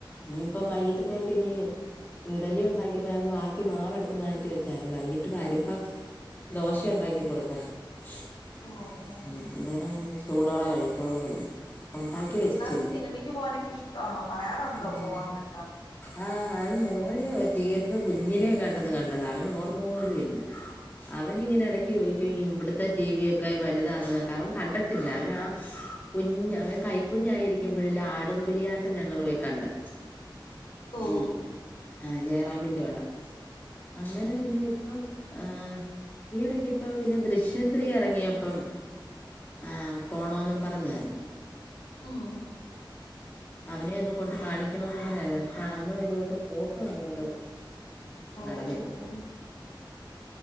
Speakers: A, on the left (about 25°); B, on the left (about 70°).
A: ഇനിയിപ്പൊ വൈകീട്ടത്തേക്ക് ഇനി ഇഡലി ഉണ്ടാക്കിപ്പോ ബാക്കി മാവെടുത്ത് മാറ്റി വെച്ചായിരുന്നു വൈകിട്ട് വരുമ്പോ ദോശ ഉണ്ടാക്കി കൊടു <unintelligible>
B: ഓ ഓ
A: അന്നേരം ചൂടോടെ കഴിച്ചോളുവല്ലോ ഒണ്ടാക്കി
B: പിള്ളേർക്ക്
A: വെച്ചല്ലേ
B: സിനിമയ്ക്ക് പോകാനൊക്കെ ഇഷ്ടമാണോ പറയാറുണ്ടോ
A: ഉം
B: പോവാന്നൊക്കെ
A: ആ അത് മു <unintelligible> തിയേറ്റർ കുഞ്ഞിലെയെങ്ങാണ്ട്ത് കണ്ടതാ അവന് ഓർമ്മ പോലും ഇല്ല അവനിങ്ങനെ എടക്ക് ഇവിടത്തെ ടി വി ഒക്കെ വലുതാന്നതൊക്കെ ഒക്കെ അവൻ കണ്ടട്ടില്ല അവനാ ആ കുഞ്ഞ് അവൻ കൈക്കുഞ്ഞായിരിക്കുമ്പോഴല്ല ആടുംപുലിയാട്ടം ഞങ്ങൾ പോയി കണ്ടെ
B: ഓ
A: ഉം ആ ജയറാമിന്റെ വ അങ്ങനെ
B: ഉം
A: പിന്നെ ഇപ്പം ആ ഈ എടക്ക് ഇപ്പൊ പിന്നെ ദൃശ്യം ത്രീ ഇറങ്ങിയപ്പം ആ പോണോന്നും പറഞ്ഞായിരുന്നു
B: ഉം
A: അവനെ ഒന്ന് കൊണ്ട് കാണിക്കണന്ന് പറഞ്ഞാ ആ അന്നും ഇതോട്ട് പോക്കു അങ്ങോട്ട്
B: ഓ
A: നടന്നില്ല
B: ഓ ഓ